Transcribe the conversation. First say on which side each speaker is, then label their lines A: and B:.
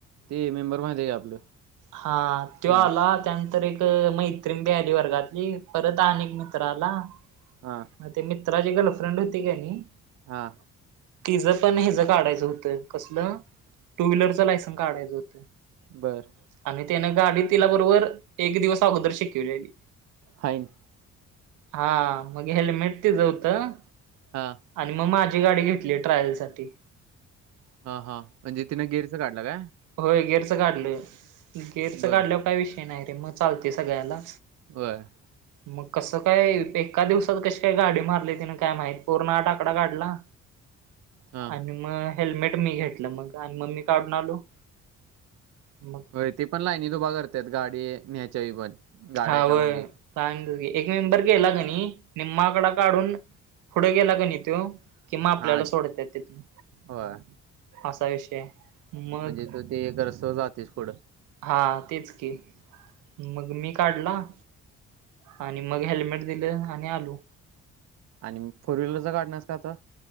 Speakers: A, on the right (about 60°); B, on the right (about 85°).
A: ते मेंबर माहिती आहे का आपलं
B: हा त्यो
A: हा
B: आला त्यानंतर एक तर मैत्रिण बी आली वर्गातली परत आणि एक मित्र आला.
A: हा.
B: मग ते मित्राची गर्लफ्रेंड होती की नई
A: हा.
B: तिज पण हेज काढायचं होतं कसलं? टू व्हीलरच लायसन काढायचं होतं.
A: बर.
B: आणि त्यानं गाडी तिला बरोबर एक दिवस अगोदर शिकीवलेली.
A: फाईन.
B: हा मग हेल्मेट तीज होतं.
A: हा.
B: आणि मग माझी गाडी घेतली ट्रायलसाठी.
A: हा हा म्हणजे तिनं गेअरच काढलं काय?
B: होय गेअरच काढलोय. गेअरच
A: बर
B: काढल्यावर काय विषय नाही रे मग चालतंय सगळ्याला.
A: होय.
B: मग कसं काय ते एका दिवसात कशी काय गाडी मारली तिने काय माहित. पूर्ण आठ आकडा काढला
A: हा
B: आणि मग हेल्मेट मी घेतलं मग आणि मग मी काढून आलो. मग
A: होय ते पण लाईनीत उभा करत्यात गाडी न्यायच्या वेळी पण. गाड्या
B: हा
A: एका
B: होय.
A: मागे
B: <unintelligible>
A: एक
B: की एक मेंबर गेला कनई निम्मा आकडा काढून पुढे गेला कनई त्यो की मग आपल्याला
A: हा
B: सोडत्यात तिथंन
A: होय
B: असा विषय आहे. मग
A: म्हणजे तू ते जरासं जातयच पुढं.
B: हा तेच की, मग मी काढला. आणि मग हेल्मेट दिलं आणि आलो.
A: आणि फोर व्हीलरचं काढणार हाईस का आता?